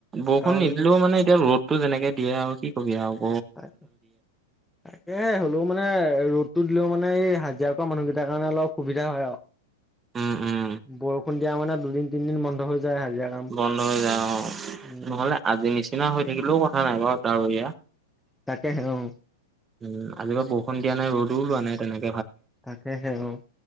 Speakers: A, on the right; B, in the centre.
A: বৰষুণ
B: কাৰণ
A: নিদিলেও মানে এতিয়া ৰ'দ টো যেনেকে দিয়ে আৰু কি কবি আউ।
B: তাকে হলেও মানে ৰ'দ টো দিলও মানে এই হাজিৰা কৰা মানুহকেইটাৰ কাৰণে অলপ সুবিধা হয় আউ,
A: উম উম
B: বৰষুণ তেতিয়া মানে দুদিন তিনদিন বন্ধ হৈ যায় হাজিৰা কাম
A: বন্ধ হৈ যায় অ,
B: উম
A: নহ'লে আজিৰ নিচিনা হৈ থাকিলেও কথ নাই, নাই, <unintelligible> ডাৱৰীয়া।
B: তাকেহে অ'।
A: উম, আজিৰ বাৰু বৰষুণ দিয়া নাই, ৰ'দোও ওলোৱা নাই তেনেক
B: তাকেহে, অ'